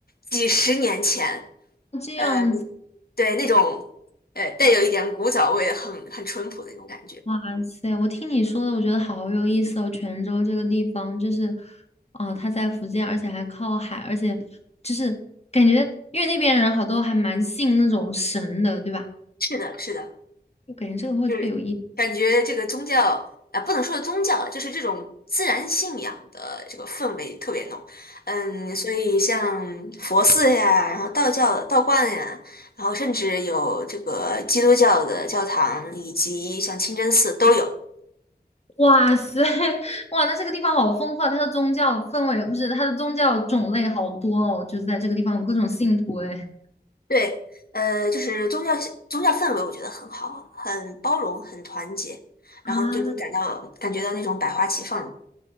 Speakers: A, on the left (about 60°); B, on the left (about 40°).
A: 几十年前，
B: 哦这样子，
A: 呃，对那种呃带有一点古早味的很很淳朴的那种感觉。
B: 哇塞！我听你说的，我觉得好有意思哦。泉州这个地方，就是，哦、它在福建，而且还靠海，而且就是感觉，因为那边人好多还蛮信那种神的，对吧？
A: 是的，是的。
B: 就感觉这个会特别有意思。
A: 就是感觉这个宗教啊、呃不能说宗教了就是这种自然信仰的这个氛围特别浓。嗯，所以像佛寺呀，然后道教的道观呀，然后甚至有这个基督教的教堂，以及像清真寺都有。
B: 哇塞，<laughs> 哇，那这个地方好丰富啊！它的宗教氛围不是，它的宗教种类好多哦，就是在这个地方有各种信徒哎。
A: 对，呃，就是宗教宗教氛围，我觉得很好，很包容，很团结，然后就能感到感觉到那种百花齐放。
B: 啊，